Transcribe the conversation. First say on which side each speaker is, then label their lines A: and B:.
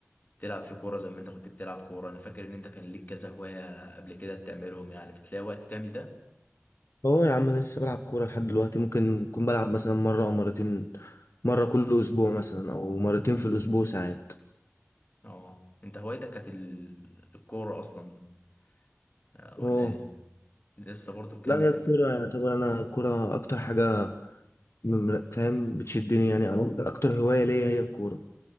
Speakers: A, on the left; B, on the left.
A: تلعب في كورة زي ما انت كنت بتلعب كورة انا فاكر ان انت كان ليك كذا هواية قبل كده بتعملهم يعني بتلاقي وقت تعمل ده
B: اه يا عم انا لسه بلعب كوره لحد دلوقتي ممكن اكون بلعب مثلا مره او مرتين مره كل اسبوع مثلا او مرتين في الاسبوع ساعات
A: اه انت هوايتك كانت ال- الكورة اصلا آه، ولا
B: اه
A: ايه لسه برضو مكمل
B: لا هي
A: في
B: الكوره يعتبر انا الكوره اكتر حاجه مم- فاهم بتشدني يعني أو اكتر أكتر هوايه ليا هي الكوره